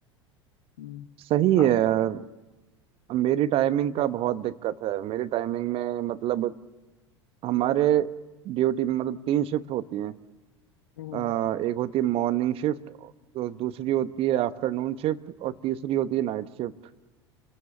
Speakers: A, on the left; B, on the right.
A: हम्म,
B: सही है
A: आप
B: यार मेरी टाइमिंग का बहुत दिक्कत है मेरी टाइमिंग में मतलब हमारे ड्यूटी में मतलब तीन शिफ्ट होती हैं
A: हम्म
B: अ, एक होती है मॉर्निंग शिफ्ट तो दूसरी होती है आफ्टरनून शिफ्ट और तीसरी होती है नाइट शिफ्ट